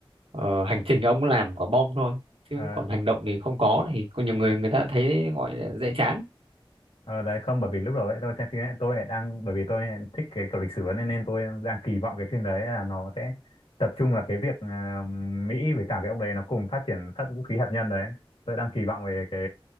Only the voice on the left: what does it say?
ờ,
ờ, đấy không bởi vì lúc đầu ấy tôi xem phim ấy tôi lại đang bởi vì tôi lại thích cái kiểu lịch sử ấy, nên nên tôi đang kỳ vọng cái phim đấy là nó sẽ tập trung vào cái việc à, Mỹ với cả cái ông đấy nó cùng phát triển phát vũ khí hạt nhân đấy tôi đang kỳ vọng về cái